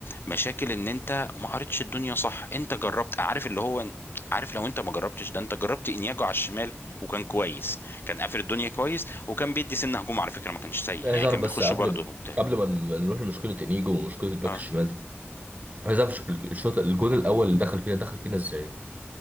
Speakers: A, on the left; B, on the right.
A: مشاكل ان انت ما قريتش الدنيا صح انت جربت عارف اللي هو عارف لو انت ما جربتش ده انت جربت انياجو على الشمال وكان كويس كان قافل الدنيا كويس وكان بيدي سنة هجوم على فكرة ما كانش سيء
B: عايز
A: يعني
B: اعرف
A: كان
B: بس
A: بيخش
B: قبل
A: برضه وبتاع
B: قبل ما ن- نروح لمشكله انيجو ومشكله الباك
A: اه
B: الشمال دي عايز اعرف ش- الشوط الجون الاول اللي دخل فينا دخل فينا ازاي